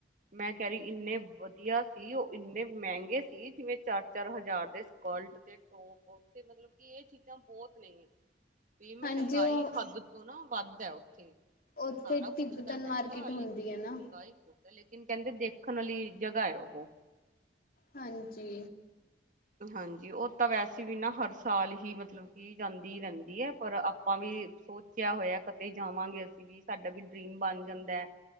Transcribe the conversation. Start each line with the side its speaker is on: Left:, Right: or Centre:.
Right: ਮੈਂ ਕਹਿ ਰਹੀ ਇੰਨੇ ਵਧੀਆ ਸੀ ਉਹ ਇੰਨੇ ਮਹਿੰਗੇ ਸੀ ਜਿਵੇਂ ਚਾਰ-ਚਾਰ ਹਜ਼ਾਰ ਦੇ, ਫਾਲਟ ਦੇ ਮਤਲਬ ਕਿ ਇਹ ਚੀਜ਼ਾਂ ਬਹੁਤ ਨੇ, ਵੀ ਮਹਿੰਗਾਈ
Left: ਹਾਂਜੀ ਉਹ
Right: ਹੱਦ ਤੋਂ ਨਾ ਵੱਧ ਐ ਉਥੇ
Left: ਉੱਥੇ
Right: ਸਾਰਾ ਕੁਛ
Left: ਤਿੱਬਤਨ
Right: ਤਾਂ ਹੈਗਾ
Left: ਮਾਰਕੀਟ
Right: ਲੇਕਿਨ
Left: ਹੁੰਦੀ ਹੈ ਨਾ
Right: ਚੰਗਾਈ ਲੇਕਿਨ ਕਹਿੰਦੇ ਦੇਖਣ ਵਾਲੀ ਜਗ੍ਹਾ ਐ ਉਹ
Left: ਹਾਂਜੀ,
Right: ਹਾਂਜੀ ਉਹ ਤਾਂ ਵੈਸੇ ਵੀ ਨਾ ਹਰ ਸਾਲ ਹੀ ਮਤਲਬ ਕੀ ਜਾਂਦੀ ਰਹਿੰਦੀ ਹ ਪਰ ਆਪਾਂ ਵੀ ਸੋਚਿਆ ਹੋਇਆ ਕਦੇ ਜਾਵਾਂਗੇ ਅਸੀਂ ਵੀ ਸਾਡਾ ਵੀ ਡਰੀਮ ਬਣ ਜਾਂਦਾ।